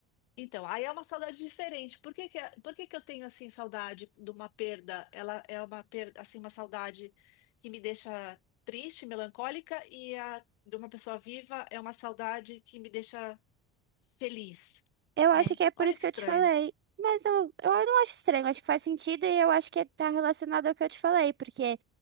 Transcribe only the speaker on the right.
Eu acho
que é por
isso
que
eu te falei. Mas eu, eu não acho estranho, acho que faz sentido e eu acho que tá relacionado ao que eu te falei, porque